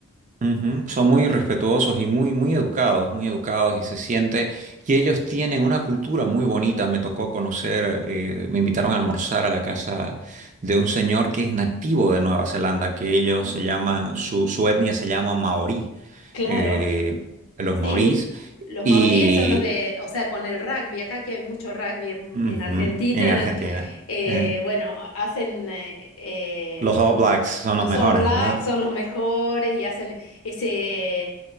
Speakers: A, on the right; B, on the left.
A: ujú, son muy respetuosos y muy, muy educados, muy educados y se siente. Y ellos tienen una cultura muy bonita. Me tocó conocer, eh, me invitaron a almorzar a la casa de un señor que es nativo de Nueva Zelanda, que ellos
B: Ah,
A: se llaman, su, su etnia se llama maorí,
B: claro.
A: eh, los
B: Sí,
A: maorís.
B: los
A: Y
B: maoríes son los de, o sea, con el rugby, acá que hay mucho rugby en,
A: ujú,
B: en Argentina,
A: en Argentina.
B: <laughs> eh,
A: eh,
B: bueno, hacen, eh, eh,
A: los All Blacks son
B: los
A: los mejores,
B: All Blacks
A: ¿no?
B: son los mejores y hacen ese,